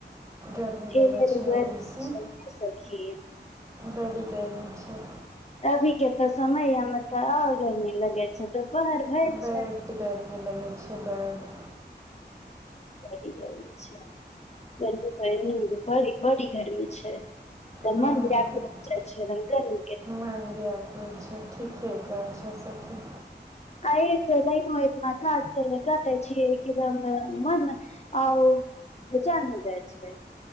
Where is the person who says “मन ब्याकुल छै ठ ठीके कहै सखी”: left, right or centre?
Right